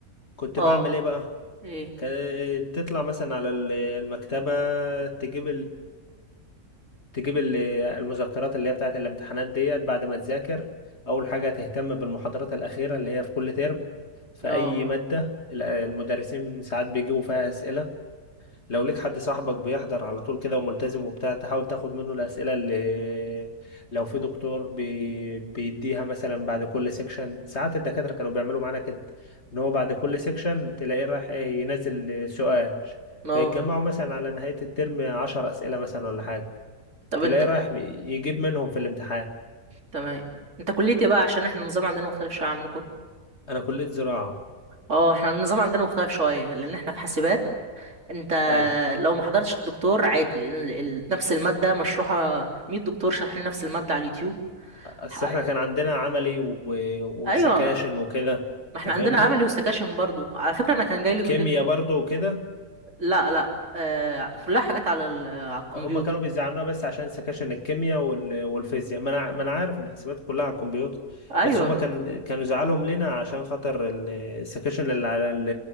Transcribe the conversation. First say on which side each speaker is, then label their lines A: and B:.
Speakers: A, on the left; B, on the right.
A: كنت
B: اه
A: بعمل ايه بقى
B: ايه
A: كانت تطلع مثلا على ال- المكتبة تجيب تجيب ال- المذكرات اللي هي بتاعت الامتحانات ديت بعد ما تذاكر أول حاجة تهتم بالمحاضرات الأخيرة اللي هي في كل ترم في
B: لا
A: أي مادة ال- المدرسين ساعات بيجيبوا فيها أسئلة لو ليك حد صاحبك بيحضر على طول كده وملتزم وبتاع تحاول تاخد منه الأسئلة اللي لو في دكتور بي... بيديها مثلا بعد كل سيكشن ساعات الدكاترة كانوا بيعملوا معانا كده إن هو بعد كل سيكشن تلاقيه رايح إيه، ينزل سؤال
B: لا
A: فيتجمعوا مثلا على نهاية الترم عشر أسئلة مثلا ولا حاجة
B: طب
A: تلاقيه
B: انت
A: رايح يجيب منهم في الامتحان
B: تمام انت كليتي إيه بقى عشان احنا النظام عندنا مختلف شويه عنكم
A: انا كلية زراعة
B: اه احنا النظام عندنا مختلف شويه لان احنا في حاسبات انت
A: ايوه
B: لو ما حضرتش الدكتور عادي ال- ال- نفس المادة مشروحة 100 دكتور شارحين نفس المادة على اليوتيوب
A: بس
B: ح-
A: احنا كان عندنا عملي و... وسكاشن
B: ايوه
A: وكده
B: ما احنا
A: انت
B: عندنا
A: فاهمني
B: عملي وسكاشن برضو على فكرة انا كان جاي لي كلية
A: كيمياء برضو وكده
B: لا لا آه كلها حاجات على ال... على الكمبيوتر
A: هما كانوا بيزعلونا بس عشان سكاشن الكيمياء وال... والفيزياء ما انا ما انا عارف ان الحسابات كلها على الكمبيوتر
B: ايوه
A: بس هما كان... كانوا زعلهم لنا عشان خاطر ال- السكاشن اللي على ال-